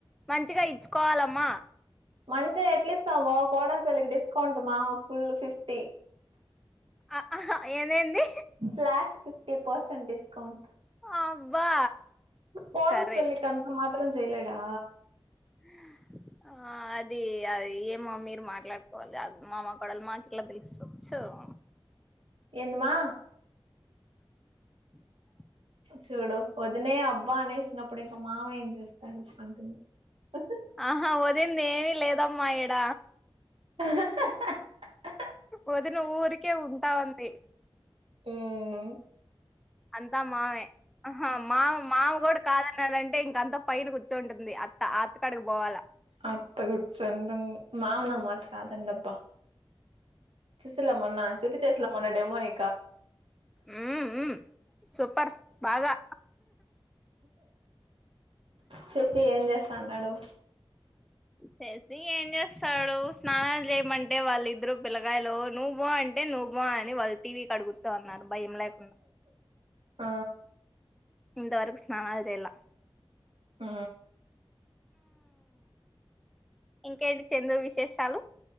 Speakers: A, in the centre; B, on the right.
A: మంచిగా ఇ ఇచ్చుకోవాలమ్మా
B: మంచిగా ఎట్లీస్తవ్ బావ కోడలిపిల్లకి డిస్కౌంట్ మామ ఫుల్ ఫిఫ్టీ
A: అ ఆహా ఏమైంది
B: ఫ్లాట్ ఫిఫ్టీ పర్సెంట్ డిస్కౌంట్
A: అబ్బా
B: కోడలి
A: సరే
B: పిల్లకంత మాత్రం జేయలేడా
A: హ <inaudible> ఆ అది అది ఏమో మీరు మాట్లాడుకోవాలి అది మామ కొడల్ మాకు ఎట్లా దెలుసు సో ఆ <inaudible>
B: ఏంది మా
A: అ <inaudible>
B: చూడు వదినే అబ్బా అనేసినప్పుడు ఇంక మామ ఏం జేస్తాడు అంటుంది అ <inaudible>
A: ఆహా వదినది ఏదీ లేదమ్మా ఈడ
B: ఆ <unintelligible>
A: వదిన ఊరికే ఉంటా ఉంది
B: ఉమ్
A: అంతా మావే మావ మావగూడు కాద దంటే ఇంకంత పైన కూర్చంటుంది అత్త అత్త కాడకి బోవాలా
B: అత్త కూర్చంటుంది మావ నా మాట కాదనడబ్బా చూసిల్లా మొన్నా చూపి చేసిన మొన్న డెమోని
A: ఉమ్ ఉమ్ సూపర్ బాగా
B: చూసి ఏం జేస్తా అన్నాడు
A: చేసి ఏం చేస్తాడు స్నానాలు జేయమంటే వాళ్ళిద్దరు పిల్లకాయలు నువ్వు బో అంటే నువ్వు బో అని వాళ్ళు టీవీ కాడ గూర్చో ఉన్నారు భయం లేకుండా
B: ఆ
A: ఇంతవరకు స్నానాలు చేయలే
B: ఆ
A: ఇంకేంటి చందు విశేషాలు